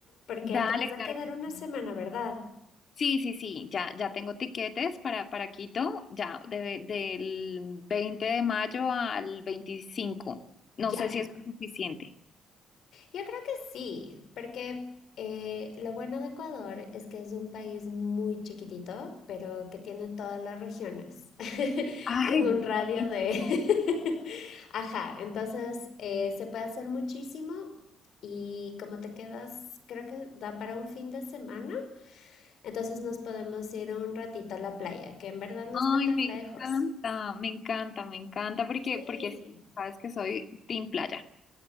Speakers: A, on the left; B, on the left.
A: porque
B: Dale,
A: te vas a
B: claro
A: quedar
B: que
A: una
B: sí.
A: semana, ¿verdad?
B: Sí, sí, sí, ya, ya tengo tiquetes para, para Quito, ya, de- del 20 de mayo al 25. No sé
A: Ya.
B: si eso es suficiente.
A: Yo creo que sí, porque eh, lo bueno de Ecuador es que es un país muy chiquitito, pero que tiene todas las regiones <laughs>
B: Ay,
A: en un radio
B: buenísimo.
A: de... <laughs> Ajá, entonces eh, se puede hacer muchísimo y como te quedas, creo que da para un fin de semana, entonces nos podemos ir un ratito a la playa, que en verdad no
B: Ay,
A: está tan
B: me
A: lejos.
B: encanta, me encanta, me encanta, porque,
A: Sí.
B: porque sí, sabes que soy team playa.